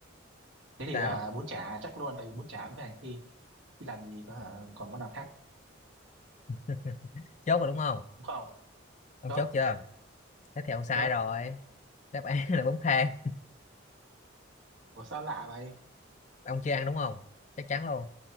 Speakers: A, on the right; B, on the left.
A: thế thì
B: sao
A: hả bún chả chắc luôn tại vì bún chả nó phải hành phi chứ làm gì có hả còn món nào khác
B: Ừ, chốt rồi đúng không
A: đúng không
B: ông
A: chốt
B: chốt chưa thế thì ông sai
A: chốt
B: rồi đáp án là bún thang
A: ủa sao lạ vậy
B: ông chưa ăn đúng không chắc chắn luôn